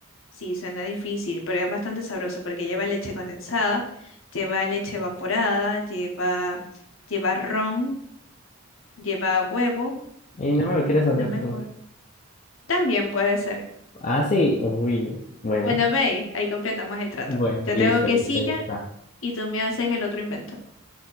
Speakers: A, on the left (about 65°); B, on the left (about 35°).
A: Sí, suena difícil, pero es bastante sabroso porque lleva leche condensada, lleva leche evaporada, lleva, lleva ron, lleva huevo,
B: Y no me lo quieres
A: no
B: hacer
A: me acuerdo.
B: tú.
A: También puede ser.
B: Ah, sí. Uy, bueno.
A: Bueno, ve, ahí completamos el trato.
B: Bueno,
A: Yo
B: listo,
A: te hago quesillo
B: listo, ya está.
A: y tú me haces el otro invento.